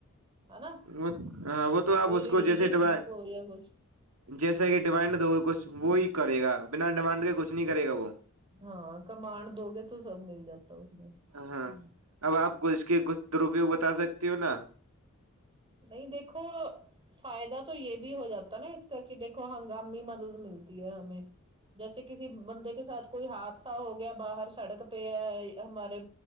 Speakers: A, on the right; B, on the right.
A: ہے نا
B: وہ ہاں وہ تو آپ
A: کوئی
B: اس
A: ریلیجیس
B: کو جیسے ڈمانڑ
A: بک ہو یا کچھ
B: جیسا کہ ڈیمانڈ دو کچھ وہی کرے گا بنا ڈیمانڈ کے کچھ نہیں کرے گا وہ
A: ہاں کمانڑ دو گے تو سب مل جاتا اس میں ہ
B: ہاں اب آپ کو اس کے کچھ درپیوگ بتا سکتی ہو نا
A: نہیں دیکھو فائدہ تو یہ بھی ہو جاتا ہے نا اس کا کہ دیکھو ہنگامی مدد ملتی ہے ہمیں جیسے کسی بندے کے ساتھ کوئی حادثہ ہو گیا باہر سڑک پہ ہے ہمارے